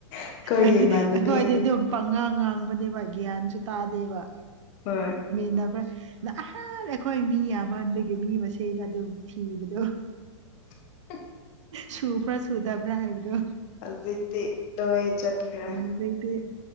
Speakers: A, on the left; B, on the right.
A: ꯑꯩꯈꯣꯏꯒꯤ
B: ꯑꯩꯈꯣꯏꯗꯤ
A: ꯏꯃꯥꯟꯅꯕꯤ
B: ꯑꯗꯨꯝ ꯄꯉꯥꯡ ꯉꯥꯡꯕꯅꯦꯕ ꯒ꯭ꯌꯥꯟꯁꯨ ꯇꯥꯗꯦꯕ
A: ꯍꯣꯏ
B: ꯟꯅꯕ꯭ꯔꯥ ꯅꯍꯥꯟ ꯑꯩꯈꯣꯏ ꯃꯤ ꯌꯥꯝꯕ ꯍꯟꯕꯒꯤ ꯃꯤ ꯃꯁꯤꯡꯁꯩꯅ ꯑꯗꯨꯝ ꯊꯤꯕꯗꯣ
A: <inaudible>
B: ꯁꯨ ꯐ꯭ꯔ ꯁꯨꯗ ꯐ꯭ꯔ ꯍꯥꯏꯗ
A: ꯍꯧꯖꯤꯛꯇꯤ ꯂꯣꯏ ꯆꯠꯈ꯭ꯔꯦ
B: ꯗꯤ